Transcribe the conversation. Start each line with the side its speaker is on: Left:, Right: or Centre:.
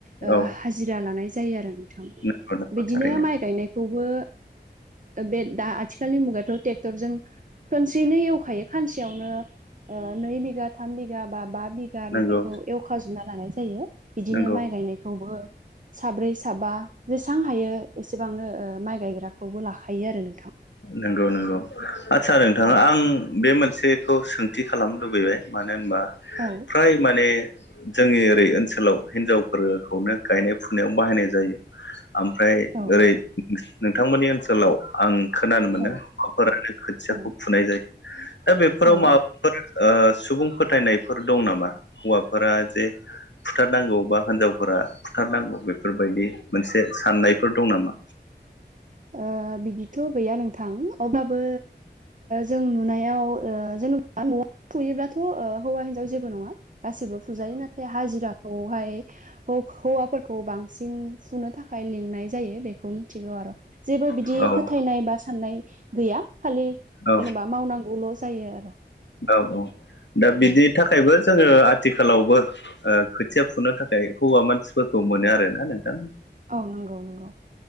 Right: ओ
Left: औ
Right: हाजिरा लानाय जायो आरो थां
Left: नंगौ नंगौ
Right: बिदिनो
Left: थारैनो
Right: माइ गायनायखौबो बे दा आथिखालनि मुगाथ' ट्रेक्टरजों खनसेनो एवखायो खानसेयावनो नै बिघा थाम बिगा बा बा बिगा
Left: नंगौ
Right: बेफोरखौ एवखाजोबना लानाय जायो बिदिनो
Left: नंगौ
Right: माइ गायनायखौबो साब्रै साबा जेसां हायो एसेबांनो माइ गायग्राखौबो लाखायो आरो नोंथां
Left: नंगौ नंगौ आचसा नोंथाङा
Right: औ
Left: आं बे मोनसेखौ सोंथि खालामनो लुबैबाय मानो होनबा
Right: औ
Left: फ्राय माने जोंनि ओरै ओनसोलाव हिनजावफोरखौनो गायनाय फुनायाव बाहायनाय जायो। ओमफ्राय
Right: औ
Left: ओरै
Right: औ
Left: नोंथांमोननि ओनसोलाव आं खोनानो मोनो
Right: औ
Left: हौवाफोरानो खोथियाखौ
Right: औ
Left: फुनाय जायो दा बेफोराव
Right: औ
Left: माबा सुबुं फोथायनायफोर दं नामा हौवाफोरा जे फुथारनांगौ बा हिनजावफोरा बुथारनांगौ बेफोरबायदि मोनसे साननायफोर दं नामा
Right: ओ बिदिथ' गैया नोंथां अब्लाबो जों नुनायाव ओ जेनेबा न'आव फुयोब्लाथ' ओ‌हौवा हिन्जाव जेबो नङा गासिबो फुजायो नाथाय बे हाजिराखौहाय हौवाफोरखौ बांसिन फुनो थाखाय लिंनाय जायो बेखौ मिथिगौ आरो जेबो बिदि
Left: औ औ
Right: फोथायनाय बा साननाय गैया खालि
Left: औ
Right: जेनेबा मावनांगौल' जायो आरो
Left: औ औ दा बिनि
Right: औ
Left: थाखायबो जोङो आथिखालावबो खोथिया फुनो थाखाय हौवा मानसिफोरखौ मोनो आरो ना नोंथां
Right: औ नंगौ नंगौ।